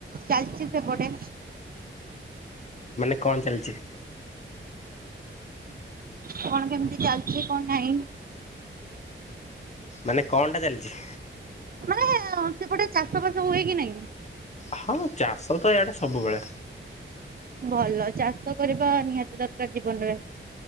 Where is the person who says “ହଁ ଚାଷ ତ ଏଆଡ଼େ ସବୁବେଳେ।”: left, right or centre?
Left